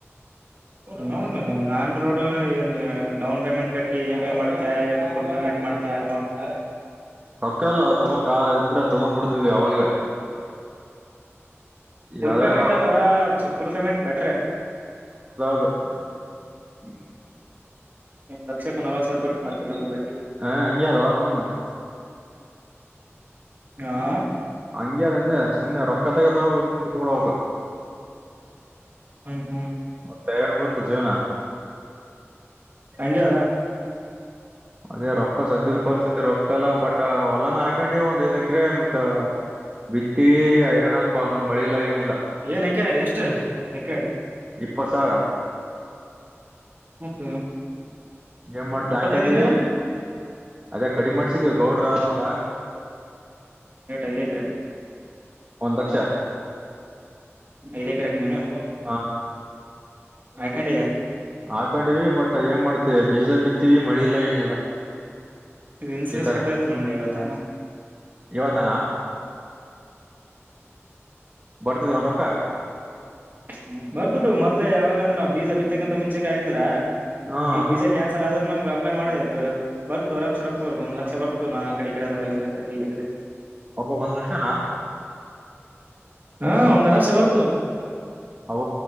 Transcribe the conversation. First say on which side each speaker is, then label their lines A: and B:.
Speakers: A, on the right; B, on the right.
A: ಅವನೋವ್ನ್ ಆನ್ ರೋಡ್ ಏನ್ ಡೌನ್ ಪೇಮೆಂಟ್ ಕಟ್ಟಿ ಇ ಎಮ್ ಐ ಮಾಡ- - ಮತ್ತೆ ಏನ ಫುಲ್ ಪೇಮೆಂಟ್ ಮಾಡ್ತೀಯ ನೋಡ್ -
B: ಹಕ್ಕಲ್ ತಗೋಕ್ ಇದ್ರ ತಗೊಂಬುಡುತಿವಿ ಅವಾಗ್ಲೇ. ಈಗ
A: ಫುಲ್
B: ಅದ್ರಾಗ
A: ಪೇಮೆಂಟ್ ಅಂದ್ರ ಚ ಫುಲ್ ಪೇಮೆಂಟ್ ಬೆಟ್ರೆ.
B: <unintelligible>
A: ತಕ್ಷಕ ನಲ್ವತ್ತು ಸಾವಿರ ಬರುತ್ತೇ ಮತ್ತೆ ಮಾತಿಲ್ಲ
B: ಹ ಅಂಗೇ ಅದ ಅವನೌನ್ನ.
A: ಹಾ
B: ಹಂಗೆ ಅಂದೆ ಸುಮ್ನೆ ರೊಕ್ಕದಾಗ ತಕೋಬೇಕ ಬಿಟ್ಟಬಿಡ ಬೇಕು.
A: ಹುಂ
B: ಮತ್ತೆ ಎನ್ <unintelligible> ಜೀವ್ನ
A: ಹಂಗೇ ಅದ
B: ಅದೇ ರೊಕ್ಕ ಸದ್ಯದ ಪರಿಸ್ಥಿತಿ ರೊಕ್ಕಲ್ಲ ಬಟ್ ಹೊಲಾನ ಹಾಕೊಂಡಿ ಒಂದ್ ಐದ ಎಕ್ರೆ ಮತ್ತ್ ಬಿತ್ತಿ ಐರಾಣಪ ಒನ್ ಮಳಿ ಇಲ್ಲ ಏನಿಲ್ಲ.
A: ಏನ್ ಎಕೆ ಎಷ್ಟು ಎಕ್ಕ
B: ಇಪ್ಪತ್ ಸಾವಿರ
A: <unintelligible>
B: ಏನ್ ಮಾಡ್ತ
A: ಇಪ್ಪತ್ತೈದಿಂದಲ್ಲ
B: ಹಾಕೊಂಡಿ ಅದೇ ಕಡಿಮೆ ಮಾಡಸಿದವಿ ಗೌಡ್ರ ಹೋಲ.
A: ಎಟ್ ಐದೆಕ್ರೆ.
B: ಒಂದ್ ಲಕ್ಷ
A: ಐದ ಎಕರೆ ಹಾಕಂಡೆನು
B: ಹ
A: ಹಾಕಂಡಿಯ.
B: ಹಾಕೊಂಡಿವಿ ಬಟ್ ಏನ್ ಮಾಡ್ತಿ ಬೀಜ ಬಿತ್ತೀ ವಿ ಮಳಿ ಇಲ್ಲ ಏನಿಲ್ಲ.
A: ಇದು ಇನ್ಸೂರೆನ್ಸ್
B: ಈ ತರ
A: ಕಟ್ಟಗಾತ್ ನೊಡ್ಲೆ ಇವತ್ತ
B: ಇವತ್ತನಾ ಬರ್ತಿದ ಒನ್ ರೊಕ್ಕ
A: ಹ್ಮ್ ಬರ್ತದು ಮೊದ್ಲೇ ಯಾವಾಗಂದ ನಾವ್ ಬೀಜ ಬಿತ್ತಕ್ಕಂತ ಮುಂಚೆಕ್ಕೆ ಹಾಕಿದ್ರಾ.
B: ಹಾ
A: ಈ ಬೀಜಾ ಕ್ಯಾನ್ಸಲ್ ಆದ್ರೆ ನಮ್ಗೆ ಅಪ್ಲೈ ಮಾಡೋದ್ ಇತ್ತು ಬರ್ತು ಆರಾಮ್ಸ ರೊಕ್ಕಬರ್ದುು ಒಂದ ಲಕ್ಷ ಬರ್ತ ಇತ್ತು ನಾ ಕಡೆ ಕಡೆಂದ್ರ ಐದೆಕ್ರೆ.
B: ಒಬ್ಬ ಒಂದ್ ಲಕ್ಷನಾ
A: ಹಾ ಒಂದ್ ಅರಾಮ್ಸೆ ಬರ್ತು.
B: ಹೊ